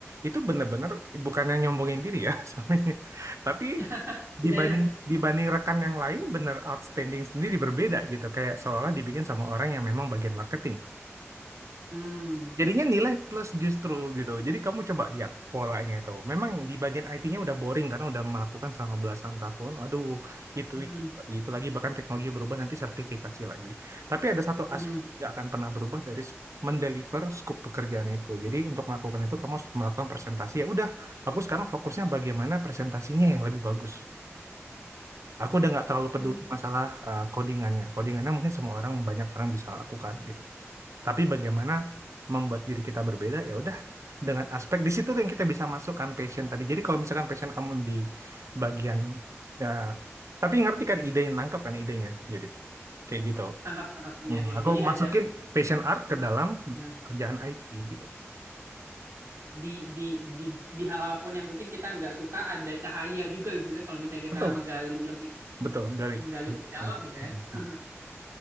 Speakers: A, on the right; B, on the right.
A: itu bener-bener bukannya nyombongin diri ya <laughs> soalnya. Tapi
B: <laughs> Iya,
A: dibanding
B: iya.
A: dibanding rekan yang lain bener outstanding sendiri berbeda gitu. Kayak seolah dibikin sama orang yang memang bagian marketing.
B: Hmm.
A: Jadinya nilai plus justru gitu. Jadi kamu coba lihat polanya itu. Memang di bagian IT-nya udah boring karena udah melakukan selama belasan tahun. Aduh, itu
B: Mhm.
A: itu lagi itu lagi bahkan teknologi berubah nanti sertifikasi lagi. Tapi ada satu
B: Mhm.
A: aspek yang nggak akan pernah berubah dari sk- mendeliver scope pekerjaan itu. Jadi untuk melakukan itu kamu harus melakukan presentasi. Ya udah, aku sekarang fokusnya bagaimana presentasinya yang lebih bagus. Aku udah nggak terlalu
B: Hmm.
A: peduli masalah eh, codingannya. Codingannya mungkin semua orang banyak orang bisa lakukan gitu tapi bagaimana membuat diri kita berbeda ya udah dengan aspek di situ yang kita bisa masukkan passion tadi jadi kalau misalkan passion kamu di bagian ya tapi ngerti kan idenya nangkap kan idenya jadi kayak gitu
B: Tangkap, tangkap. Iya,
A: Hmm,
B: iya.
A: aku
B: Jadi
A: Iya.
B: ada.
A: masukin passion art ke dalam
B: nah,
A: kerjaan IT gitu
B: di di di di hal apapun yang mungkin kita nggak suka ada cahaya juga gitu ya kalau misalnya kita
A: betul
B: menggali lebih
A: betul Gali
B: menggali
A: Hmm,
B: lebih dalam gitu ya <laughs>